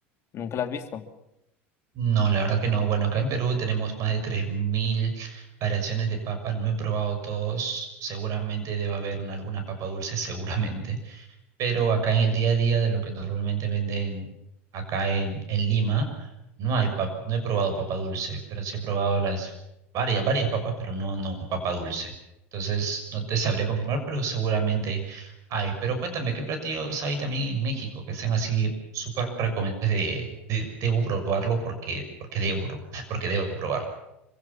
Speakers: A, on the left (about 40°); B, on the right (about 55°).
A: ¿Nunca la has visto?
B: no, la verdad que no. Bueno, acá en Perú tenemos más de 3.000 variaciones de papa. No he probado todos. Seguramente debe haber una- alguna papa dulce, seguramente pero acá en el día a día de lo que normalmente venden acá en, en Lima, no hay pap- no he probado papa dulce, pero sí he probado las varias, varias papas, pero no, no papa dulce. Entonces, no te sabría confirmar, pero seguramente hay. Pero cuéntame, ¿qué platillos hay también en México que sean así súper recomendables de, de- debo probarlo porque, porque debo, pro- <laughs> porque debo probarlo?